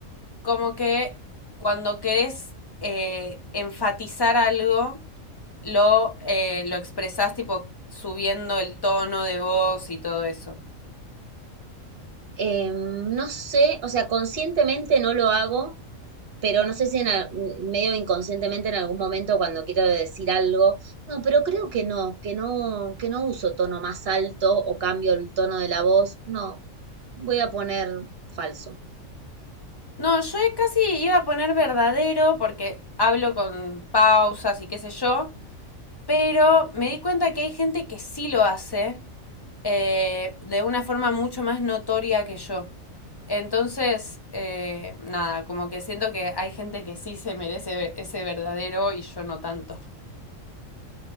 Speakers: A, on the left (about 20°); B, on the right (about 50°).
A: Como que cuando querés eh, enfatizar algo, lo, eh, lo expresás tipo subiendo el tono de voz y todo eso.
B: Eh, no sé, o sea, conscientemente no lo hago, pero no sé si en, al- medio inconscientemente en algún momento cuando quiero decir algo, no, pero creo que no, que no, que no uso tono más alto o cambio el tono de la voz, no, voy a poner falso.
A: No, yo casi iba a poner verdadero porque hablo con pausas y qué sé yo, pero me di cuenta que hay gente que sí lo hace eh, de una forma mucho más notoria que yo. Entonces, eh, nada, como que siento que hay gente que sí se merece ese verdadero y yo no tanto.